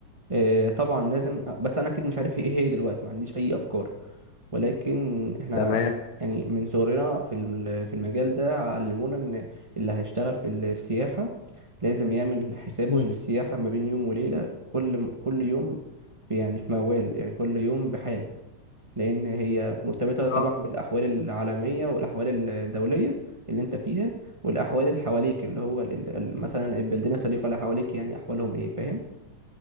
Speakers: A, on the right; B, on the left.
A: إيه، طبعا لازم آه، بس انا اكيد مش عارف ايه هي دلوقتي ما عنديش اي افكار ولكن احنا
B: تمام
A: يعني من صغرنا في الم- في المجال ده علمونا ان اللي هيشتغل في السياحة لازم يعمل حسابه
B: مم.
A: ان السياحة ما بين يوم وليلة كل كل يوم يعني في موال يعني كل يوم بحال لأن هي مرتبطة
B: اه
A: طبعا بالأحوال العالمية والأحوال الدولية اللي أنت فيها والأحوال اللي حواليك اللي هو ال- ال- مثلا البلدان الصديقة اللي حواليك يعني أحوالهم إيه فاهم؟